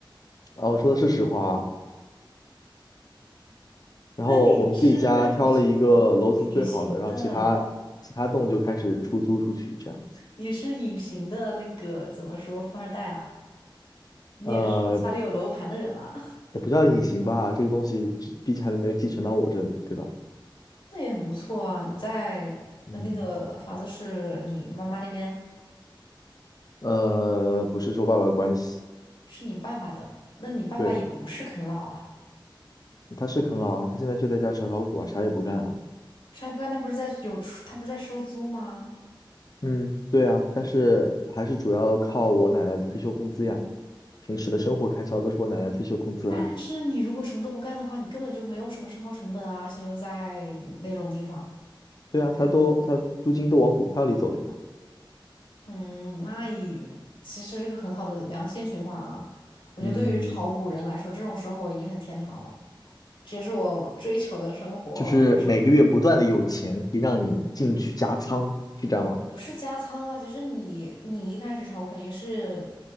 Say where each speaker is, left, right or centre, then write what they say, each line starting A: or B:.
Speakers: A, on the left (about 45°); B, on the left (about 70°).
A: 啊，我说的是实话啊，然后我们自己家挑了一个楼层最好的，
B: 那你是，那你是个隐形的，
A: 然后其他其他栋就开始出租出去这样子，
B: 你是隐形的那个怎么说富二代啊？你也是家里有楼盘的人啊，
A: 呃，也不叫隐形吧，这个东西只毕竟还没有继承到我这里，对吧？
B: <laughs> 那也很不错啊。你在呃那个房子是你妈妈那边，
A: 嗯，呃，不是说爸爸的关系。
B: 是你爸爸的，那你爸爸也不是啃老啊。
A: 对。他是啃老啊，他现在就在家炒炒股啊，啥也不干啊。
B: 啥也不干，他不是在有出，他不是在收租吗？
A: 嗯，对啊，但是还是主要靠我奶奶的退休工资呀，平时的生活开销都是我奶奶退休工资来。
B: 但是你如果什么都不干的话，你根本就没有什么生活成本啊，而且又在那种地方。
A: 对啊，他都他租金都往股票里走了呀。
B: 嗯，那也其实是个很好的良性循环啊。我觉得对于炒股人来说，
A: 嗯，
B: 这种生活已经很天堂了，这也是我追求的生活方式。
A: 就是每个月不断的有钱可以让你进去加仓，是这样吗？
B: 不是加仓啊，就是你你一开始炒股肯定是